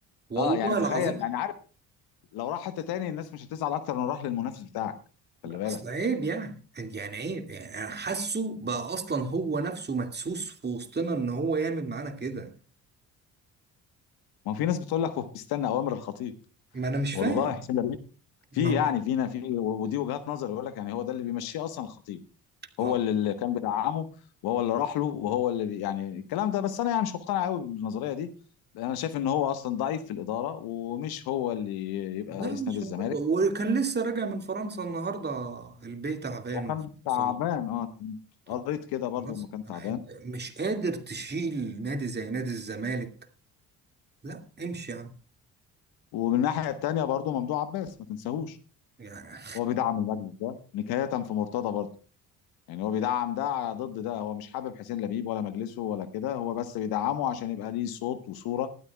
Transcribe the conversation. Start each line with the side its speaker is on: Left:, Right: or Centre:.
Right: والله
Left: اه يعني تخيل
Right: العظيم
Left: يعني لو راح حته تاني الناس مش هتزعل اكتر من راح للمنافس بتاعك خلي بالك
Right: اصل عيب يعني يعني عيب يعني انا حاسه بقى اصلا هو نفسه مدسوس في وسطنا ان هو يعمل معانا كده
Left: ما هو في ناس بتقول لك هو بيستنى اوامر الخطيب
Right: ما انا مش
Left: والله
Right: فاهم
Left: حسين لبيب
Right: ما
Left: في
Right: هو
Left: يعني فينا في ودي وجهات نظر يقول لك يعني هو ده اللي بيمشيه اصلا الخطيب
Right: ما
Left: هو
Right: هو-
Left: اللي اللي كان بيدعمه وهو اللي راح له وهو اللي بي- يعني الكلام ده بس انا يعني مش مقتنع قوي بالنظريه دي انا شايف ان هو اصلا ضعيف في الاداره ومش هو اللي يبقى
Right: لا
Left: رئيس
Right: مش
Left: نادي الزمالك
Right: موجود وكان لسه راجع من فرنسا النهارده البيت تعبان
Left: هو كان
Right: في الاقتصاد.
Left: تعبان اه
Right: طب
Left: قريت كده برضه
Right: خلاص
Left: انه كان تعبان
Right: أنت مش قادر تشيل نادي زي نادي الزمالك لا امشي يا عم
Left: ومن الناحيه التانيه برضه ممدوح عباس ما تنساهوش
Right: يعني
Left: هو بيدعم المجلس ده نكاية في مرتضى برضه يعني هو بيدعم ده على ضد ده هو مش حابب حسين لبيب ولا مجلسه ولا كده هو بس بيدعمه عشان يبقى ليه صوت وصورة